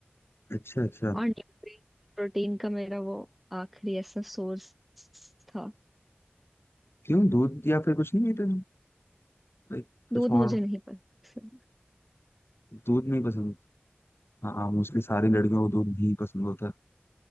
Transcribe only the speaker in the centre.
और न्यूट्रिएंट प्रोटीन का मेरा वो आखिरी ऐसा सोर्स था
दूध
मुझे नहीं पसंद